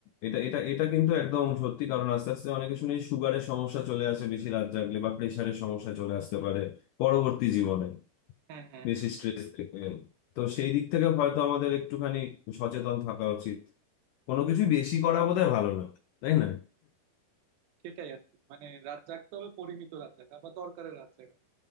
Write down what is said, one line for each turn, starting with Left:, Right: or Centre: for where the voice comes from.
Left: এটা এটা এটা কিন্তু একদম সত্যি কারণ আস্তে আস্তে অনেকে শুনি সুগারের সমস্যা চলে আসে বেশি রাত জাগলে বা প্রেশারের সমস্যা চলে আসতে পারে পরবর্তী জীবনে
Right: হ্যাঁ হ্যাঁ
Left: বেশি
Right: হ্যাঁ।
Left: স্ট্রেস থেকে তো সেই দিক থেকে হয়তো আমাদের একটুখানি সচেতন থাকা উচিত কোনো কিছু বেশি করা বোধহয় ভালো না তাই না
Right: সেটাই আর কি মানে রাত জাগতে হবে পরিমিত রাত জাগা বা দরকারের রাত জাগা